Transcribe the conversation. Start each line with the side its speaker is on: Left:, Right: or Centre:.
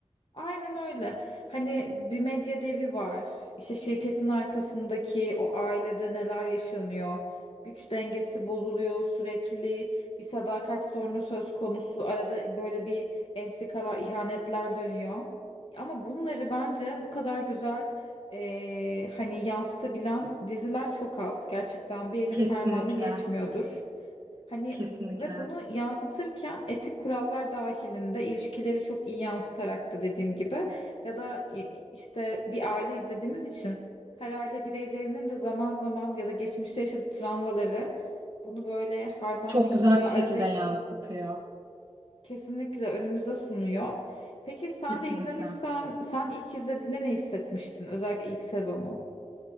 Left: Aynen öyle. Hani bir medya devi var. İşte şirketin arkasındaki o ailede neler yaşanıyor. Güç dengesi bozuluyor sürekli. Bir sadakat sorunu söz konusu. Arada böyle bir entrikalar, ihanetler dönüyor. Ama bunları bence bu kadar güzel eee, hani yansıtabilen diziler çok az. Gerçekten bir elin
Right: Kesinlikle.
Left: parmağını geçmiyordur. Hani
Right: Kesinlikle.
Left: ve bunu yansıtırken etik kurallar dahilinde ilişkileri çok iyi yansıtarak da dediğim gibi ya da i- işte bir aile izlediğimiz için her aile bireylerinin de zaman zaman ya da geçmişte yaşadığı travmaları bunu böyle harmanlayıp
Right: Çok güzel
Left: da
Right: bir
Left: arada
Right: şekilde yansıtıyor.
Left: kesinlikle önümüze sunuyor. Peki sen
Right: Kesinlikle.
Left: de izlemişsen sen ilk izlediğinde ne hissetmiştin? Özellikle ilk sezonu.